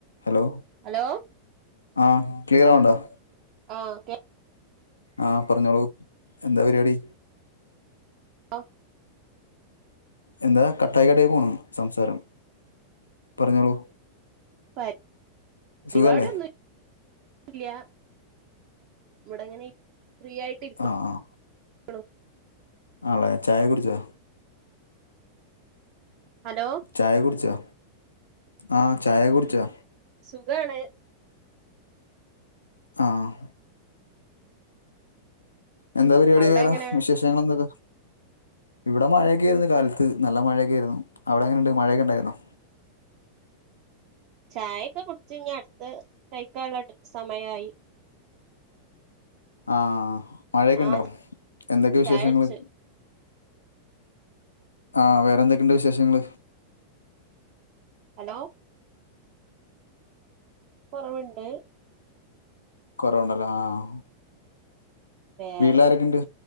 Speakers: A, on the left; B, on the right.
A: Hello
B: hello
A: ആഹ് ക്ലിയറാവ്ണ്ടോ
B: ആഹ് ഓക്കെ
A: ആഹ് പറഞ്ഞോളൂ എന്താ പരിപാടി?
B: ആഹ്
A: എന്താ കട്ടായി കട്ടായി പോണ് സംസാരം പറഞ്ഞോളൂ
B: പരിപാടിയൊന്നും
A: സുഖല്ലേ
B: ഇല്ലാ ഇവിടെങ്ങനെ ഫ്രീ ആയിട്ട് ഇരിക്കുന്നു
A: ആഹ് ആഹ്
B: ആണോ
A: ആണല്ലേ ചായ കുടിച്ചോ?
B: ഹലോ
A: ചായ കുടിച്ചോ ആഹ് ചായ കുടിച്ചോ?
B: സുഖാണ്
A: ആഹ് എന്താ പരിപാടി
B: അവിടെ
A: വേറെ
B: എങ്ങനെ
A: വിശേഷങ്ങൾ എന്തൊക്കെ ഇവിടെ മഴക്കെ ആയിരുന്നു കാലത്ത് നല്ല മഴക്കെ ആയിരുന്നു. അവിടെ എങ്ങനെണ്ട് മഴക്കെണ്ടായിരുന്നോ?
B: ചായൊക്കെ കുടിച്ച് ഇഞ്ഞി അടുത്ത കഴിക്കാള്ള സമയായി
A: ആഹ് മഴക്കെ
B: ആഹ്
A: ഇണ്ടോ എന്തൊക്കെയ വിശേഷങ്ങള്
B: ചായുടിച്ച്
A: ആഹ് വേറെ എന്തൊക്കെണ്ട് വിശേഷങ്ങള്
B: ഹലോ കൊറവിണ്ട്
A: കൊറവുണ്ടല്ലോ ആഹ്
B: വേറെ
A: വീട്ടിലാരൊക്കെയുണ്ട്